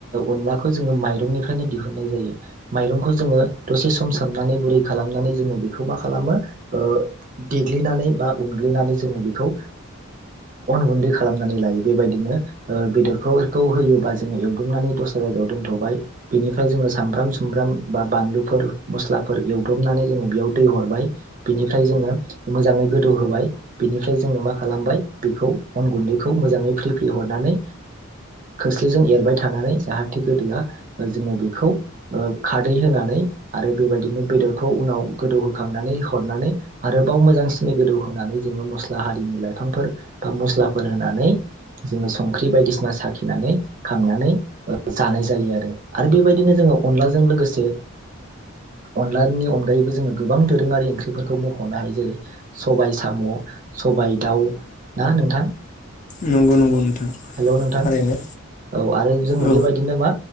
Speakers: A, on the right; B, on the left.
A: अनलाखौ जोङो माइरंनिफ्रायनो दिहुननाय जायो माइरंखौ जोङो दसे सम सोमनानै गुरै खालामनानै जोङो बेखौ मा खालामो ओ देग्लिनानै बा उनग्लिनानै जोङो बेखौ अन गुन्दै खालामनानै लायो बेबायदिनो बेदरफोरखौ होयोबा जोङो एवदुमनानै दस्रा जायगायाव दोनथ'बाय बेनिफ्राय जोङो सामब्राम सुमब्राम बा बानलुफोर मस्लाफोर एवद्रबनानै जोङो बेयाव दै हरबाय बिनिफ्राय जोङो मोजाङै गोदौ होबाय बेनिफ्राय जोङो मा खालामबाय बेखौ अन गुन्दैखौ मोजाङै फ्रि फ्रि हरनानै खोस्लिजों एरबाय थानानै जाहाथे गोदोआ जोङो बेखौ खारै होनानै आरो बेबायदिनो बेदरखौ उनाव गोदौहोखांनानै हरनानै आरोबाव मोजांसिनि गोदौहोनानै जोङो मस्ला हारिनि लाइफांफोर बा मस्लाफोर होनानै जोङो संख्रि बायदिसिना साखिनानै खांनानै जानाय जायो आरो आरो बेबायदिनो जोङो अनलाजों लोगोसे अनलानि अनगायैबो जोङो गोबां दोरोङारि ओंख्रिफोरखौ मख'नो हायो जेरै सबायाइ साम' सबायाइ दाउ ना नोंथां
B: नंगौ नंगौ नोंथां
A: हेल' नोंथां
B: थारैनो
A: औ आरो जोङो
B: औ
A: बेबायदिनोमा